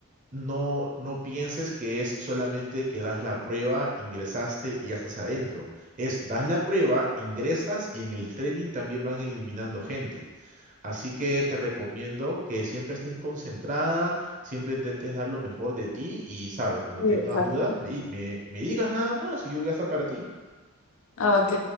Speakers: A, on the right; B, on the left.
A: no, no pienses que es solamente que das la prueba, ingresaste y ya estás adentro. Es das la prueba, ingresas y en el training también van eliminando gente. Así que te recomiendo que siempre estés concentrada, siempre intentes dar lo mejor de ti y sabes, cuando
B: Sí,
A: tengas
B: exacto.
A: dudas, ahí me, me digas nada más y yo voy a estar para ti.
B: Ah, ok.